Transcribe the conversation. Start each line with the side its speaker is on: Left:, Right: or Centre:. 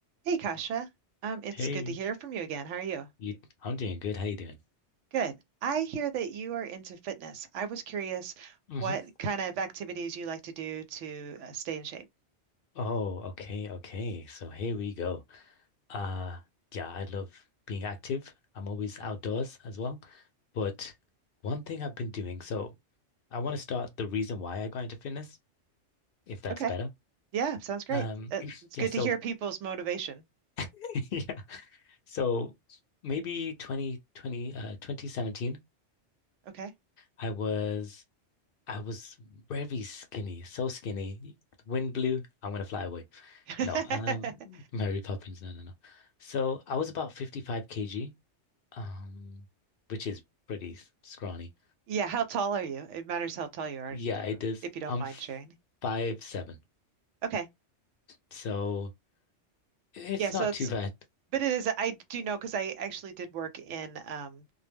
Right: Hey, Kasha. Um, it's
Left: Hey,
Right: good to hear from you again. How are you?
Left: you, I'm doing good. How you doing?
Right: Good. I hear that you are into fitness. I was curious
Left: hmm
Right: what kind of activities you like to do to uh, stay in shape.
Left: Oh, okay, okay. So here we go. Uh, yeah, I love being active. I'm always outdoors as well. But one thing I've been doing, so I want to start the reason why I got into fitness, if that's
Right: Okay.
Left: better.
Right: Yeah, sounds great.
Left: Um,
Right: Uh,
Left: <clears throat>
Right: It's
Left: yeah,
Right: good
Left: so
Right: to hear people's motivation.
Left: <laughs> yeah. So maybe 2020 uh 2017,
Right: Okay.
Left: I was I was very skinny, so skinny. Wind blew, I'm gonna fly away.
Right: <laughs>
Left: No, um, Mary Poppins. No, no, no. So I was about 55 kg, um, which is pretty s- scrawny.
Right: Yeah, how tall are you? It matters how tall you are
Left: Yeah,
Right: to go,
Left: it is.
Right: if you don't
Left: I'm
Right: mind
Left: f-
Right: sharing.
Left: five seven,
Right: Okay.
Left: so it's
Right: Yeah, so
Left: not
Right: it's
Left: too bad.
Right: But it is, I do know because I actually did work in um,